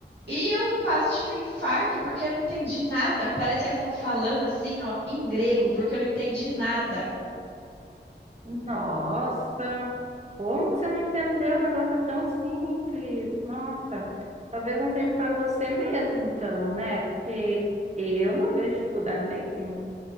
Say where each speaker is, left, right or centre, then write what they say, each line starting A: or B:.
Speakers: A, on the right; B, on the right.
A: E eu quase tive um infarto porque eu não entendi nada. Parecia que tava falando assim, ó, em grego, porque eu não entendi nada.
B: Nossa, como que você não entendeu? O negócio é tão simples. Nossa, talvez não seja para você mesmo, então, né? Porque eu não vejo dificuldade nenhuma.